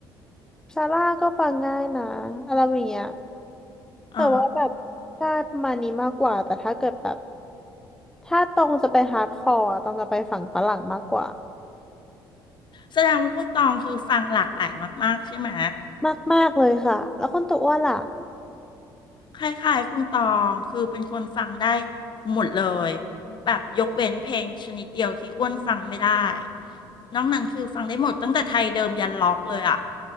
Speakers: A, in the centre; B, on the left (about 45°).
A: ซาร่าก็ฟังง่ายนะอะไรอย่างเงี้ยแต่ว่าแบบชาติประมาณนี้มากกว่าแต่ถ้าเกิดแบบ
B: อ๋อ
A: ถ้าตรงจะไปฮาร์ดคอร์ตรงจะไปฝั่งฝรั่งมากกว่า
B: แสดงว่าคุณตองคือฟังหลากหลายมากๆใช่ไหม
A: มากมากเลยค่ะแล้วคนตัวอ้วนล่ะ
B: คล้ายๆคุณตองคือเป็นคนฟังได้หมดเลยแบบยกเว้นเพลงชนิดเดียวที่อ้วนฟังไม่ได้นอกนั้นคือฟังได้หมดตั้งแต่ไทยเดิมยันล็อกเลยอะ